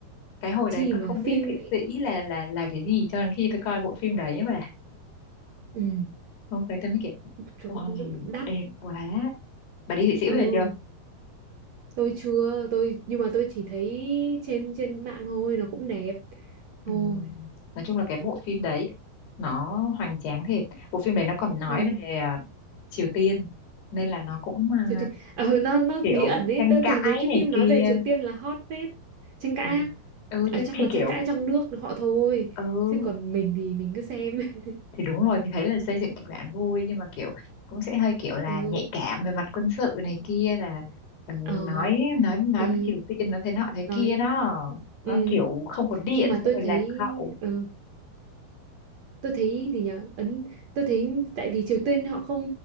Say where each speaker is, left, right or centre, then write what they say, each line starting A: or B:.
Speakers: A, on the left (about 80°); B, on the right (about 50°).
A: cái hồi
B: chi
A: đấy tôi
B: mà
A: không biết
B: phim
A: Thụy
B: lại
A: Sĩ là là là cái gì cho đến khi tôi coi bộ phim đấy và
B: ừ,
A: hôm đấy tôi mới kiểu
B: trời,
A: wow
B: ơi, nhưng mà đắt
A: đẹp quá bà đi Thụy Sĩ
B: ừ
A: về chưa
B: tôi chưa tôi nhưng mà tôi chỉ thấy trên trên mạng thôi nó cũng đẹp
A: ừ.
B: thôi
A: nói chung là cái bộ phim đấy nó hoành tráng thiệt bộ phim đấy nó còn nói
B: ừ
A: về à, Triều Tiên nên là nó cũng à,
B: Triều Tiên ờ nó nó
A: kiểu
B: bí ẩn ấy
A: tranh
B: tôi
A: cãi
B: thấy mấy cái
A: này
B: phim
A: kia
B: nói về Triều Tiên là hot phết tranh cãi
A: ừ,
B: á
A: ừ tôi
B: Ờ, chắc
A: thì
B: là tranh
A: kiểu
B: cãi trong nước họ thôi
A: ừ
B: chứ còn mình thì mình cứ xem <laughs>
A: thì đúng rồi thì thấy là xây dựng kịch bản vui nhưng mà kiểu cũng sẽ hơi kiểu là
B: ừ
A: nhạy cảm về mặt quân sự này kia là ừ,
B: ờ
A: nói nói nói
B: ý
A: với Triều Tiên nó thế nọ thế
B: nói
A: kia đó
B: ừ
A: nó kiểu không có điện
B: nhưng mà
A: xong
B: tôi
A: rồi
B: thấy
A: lạc hậu
B: ừ, tôi thấy gì nhở ấn tôi thấy tại vì Triều Tiên họ không